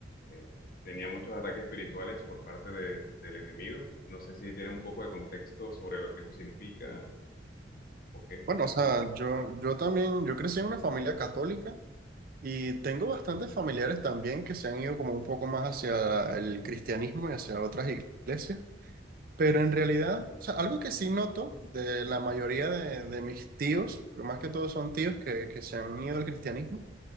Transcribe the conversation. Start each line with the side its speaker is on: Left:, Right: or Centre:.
Left: eh, tenía muchos ataques espirituales por parte de- del enemigo. No sé si tienes un poco de contexto sobre lo que eso significa o qué,
Right: Bueno,
Left: cuéntame.
Right: o sea, yo, yo también, yo crecí en una familia católica y tengo bastantes familiares también que se han ido como un poco más hacia el cristianismo y hacia otras iglesias, pero en realidad, o sea, algo que sí noto de la mayoría de, de mis tíos, porque más que todos son tíos que, que se han ido al cristianismo,